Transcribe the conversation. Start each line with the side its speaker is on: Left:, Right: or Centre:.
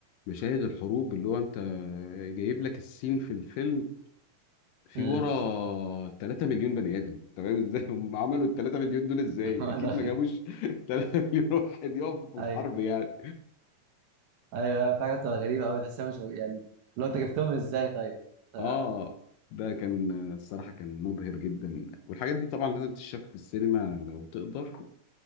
Left: مشاهد الحروب اللي هو انت جايب لك السين في الفيلم في
Right: امم
Left: ورا 3 مليون بني ادم تمام <laughs> ازاي هم عملوا ال 3 مليون دول ازاي
Right: <laughs>
Left: اكيد ما جابوش <laughs> 3 مليون واحد يقفوا في
Right: ايوه
Left: الحرب يعني
Right: ايوه أيوة، في حاجات بتبقى غريبه قوي تحسها مش يعني لو انت جبتهم ازاي طيب ف...
Left: اه ده كان الصراحه كان مبهر جدا والحاجات دي طبعا لازم تتشاف في السينما لو تقدر